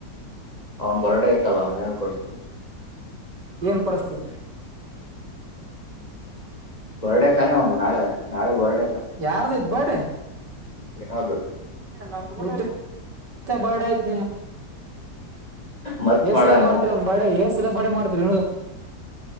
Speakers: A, on the left; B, on the right.
A: ಅವ್ನ್ ಬರಟ ಆಐ್ತಲ್ಲ ಯಳ್ ಕೊಡ್ತ
B: ಏನ್ ಕೊಡಸ್ತೀ
A: ಬರ್ಡೆ ತಾನೇ ಒಂದು ನಾಳೆ ನಾಳೆ ಬರ್ಡೆ
B: ಯಾರ್ದು ಇದ್ಬಾಡ
A: ಏನದು
B: <inaudible> ಮ ಬಡ ಆಯ್ತ್
A: ಮತ್
B: ನಿಯಸ
A: ಮಾಡೋಣ
B: ಮಾಡ್ತಿ ಬ ಬ ಮಾಡ ತ <inaudible>